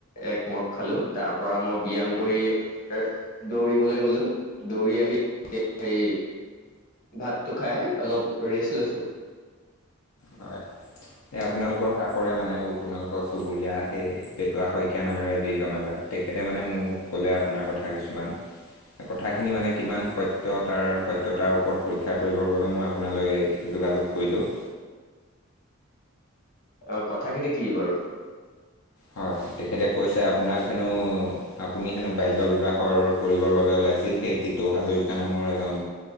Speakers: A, on the left (about 40°); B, on the left (about 85°).
A: একমগ খালো, তাৰ পৰা মই ব্যায়াম কৰি এ দৌৰিবলৈ গলো দৌৰি আহি, হে ভাতটো খাই অলপ ৰেষ্ট লৈছো।
B: হয় এ আপোনালোকৰ কাষৰে মানে আপোনালোকৰ চুবুৰীয়া সেই পেটুৱা শইকীয়া নামেৰে যি জনাজাত তেখেতে মানে মোক ক'লে আপোনাৰ কথা কিছুমান। কথাখিনি মানে কিমান সত্যয়তাৰ সত্যয়তাৰ ওপৰত পৰীক্ষা কৰিবৰ বাবে মই আপোনালৈ। যোগাযোগ কৰিলো।
A: অ কথাখিনি কি বাৰু।
B: হয় তেখেতে কৈছে আপোনাক হেনো আপুনি হেনো বাল্য বিবাহৰ কৰিবৰ বাবে ওলাইছিল সেই টিপ। উ হাজৰিকা নামৰ এজন